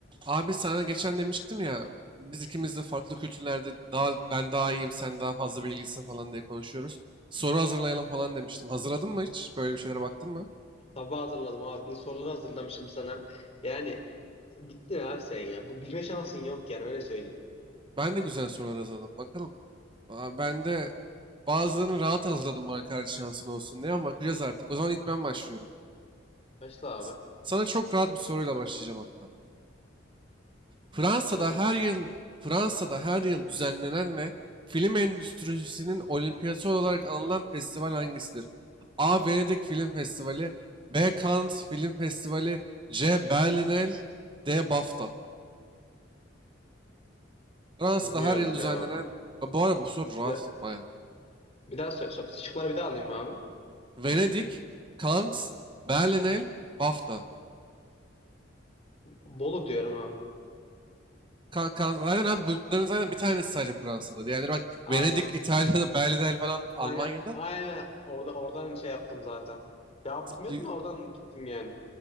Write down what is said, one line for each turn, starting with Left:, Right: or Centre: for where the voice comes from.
Right: Abi sana geçen demiştim ya biz ikimiz de farklı kültürlerde daha ben daha iyiyim sen daha fazla bilgilisin falan diye konuşuyoruz. Soru hazırlayalım falan demiştim. Hazırladın mı hiç? Böyle bir şeylere baktın mı?
Left: Sabah hazırladım abi. Bir sorular hazırlamışım sana. Yani bittin abi sen ya. Bu bilme şansın yok yani öyle söyleyeyim.
Right: Ben de güzel sorular hazırladım. Bakalım. Aa, Ben de bazılarını rahat hazırladım bana karşı şansın olsun diye ama bakacağız artık. O zaman ilk ben başlıyorum.
Left: Başla abi.
Right: S- Sana çok rahat bir soruyla başlayacağım hatta. Fransa'da
Left: Tamam.
Right: her yıl Fransa'da her yıl düzenlenen ve film endüstrisinin olimpiyatı olarak anılan festival hangisidir? A. Venedik Film Festivali B. Cannes Film Festivali C. Berlinale D. BAFTA Fransa'da
Left: Bilmiyorum
Right: her yıl
Left: cevabı.
Right: düzenlenen Ha, bu arada bu soru rahat
Left: Bir, daha-
Right: baya.
Left: bir daha sö- sö- şıkları bir daha alayım abi.
Right: Venedik, Cannes, Berlinale, BAFTA.
Left: Bolu diyorum abi.
Right: Kan, kan, zaten abi bunların zaten bir tanesi sadece Fransa'da. Yani bak
Left: Aynen.
Right: Venedik, İtalya'da, Berlinale falan Almanya'da.
Left: Aynen. Aynen. Orada oradan şey yaptım zaten. Ya bilmiyordum
Right: <laughs>
Left: da oradan gittim yani.